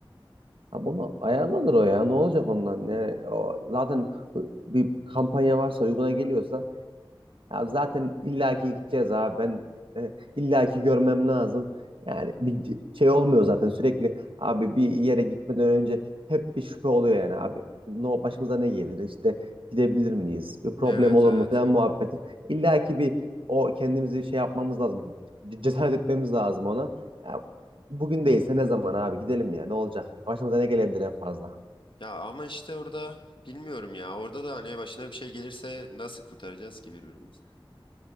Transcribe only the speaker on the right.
Ha bunu ayarlanır o ya. Ne olacak ondan? Yani o zaten bir kampanya varsa uyguna geliyorsa ya zaten illaki gideceğiz abi. Ben e, illaki görmem lazım. Yani bir c- şey olmuyor zaten sürekli. Abi bir yere gitmeden önce hep bir şüphe oluyor yani abi. No, başımıza ne gelir? İşte gidebilir miyiz? Bir problem
olur
mu falan muhabbeti. İllaki bir o kendimizi şey yapmamız lazım. C- Cesaret etmemiz lazım ona. Ya, bugün değilse ne zaman abi gidelim ya ne olacak? Başımıza ne gelebilir en fazla?